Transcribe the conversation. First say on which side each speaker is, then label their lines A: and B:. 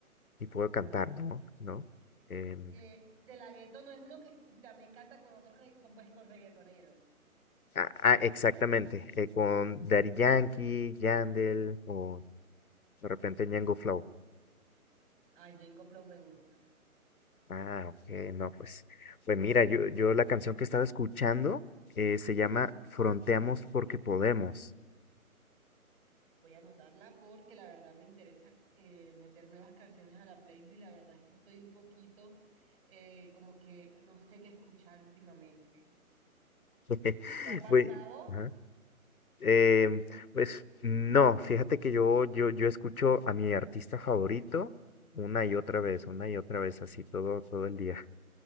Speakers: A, on the left; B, on the right.
A: y puedo cantar, ¿no? ¿No? Em,
B: Eh, de la Gueto no es uno que escu- también canta con otros, re- con, pues con reggaetoneros.
A: ah, ah, exactamente, eh, con Daddy Yankee, Yandel o de repente Ñengo Flow.
B: Ah, Jengo Flow me gusta.
A: Ah, ok, no, pues, pues mira, yo, yo la canción que estaba escuchando eh, se llama Fronteamos porque podemos.
B: Voy a anotarla porque la verdad me interesa eh, meter nuevas canciones a la playlist. La verdad es que estoy un poquito eh, como que no sé qué escuchar últimamente.
A: <laughs>
B: ¿Te ha pasado?
A: Fue- ajá. Eh, pues no, fíjate que yo, yo, yo escucho a mi artista favorito una y otra vez, una y otra vez, así todo, todo el día.